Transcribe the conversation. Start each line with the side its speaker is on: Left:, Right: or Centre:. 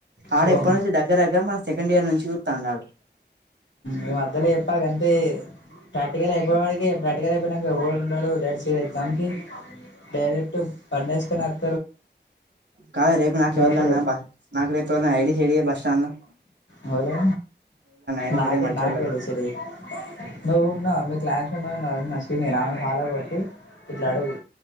Right: ఆడ
Left: పోం.
Right: ఎప్పటి నుంచి దగ్గరదగ్గర మన సెకండ్ ఇయర్ నుంచి చూత్తాండాడు
Left: ఈ మద్దలో చెప్పాలంతే ప్రాక్టికల్ అయిపోయే వరకే ఫ్రాక్ క్టికల్ అయిపోయినంక ఎవడు ఉండడు దడ్సే దంకి డైరెక్ట్ సివిల్ ఎగ్జామ్ కి డైరెక్ట్ పండేసుకున్నక్
Right: కాదు రేపు నాకు ఎవల్దన్న
Left: అప్పుడు
Right: బస్ నాకు రేపు ఐడి హైడి షేర్ జేయ్ బస్టాండ్ ల
Left: ఆవులే
Right: ఐడి
Left: నాకే
Right: షేర్ చేయి మంచోళ్ళది
Left: నాగే వెళ్లే సరి నువ్వున్నావు మీ క్లాస్ ఉన్నావు నవ్య నా సీనియర్ ఆమె ఫాలో కొట్టి ఇట్లా అడుగు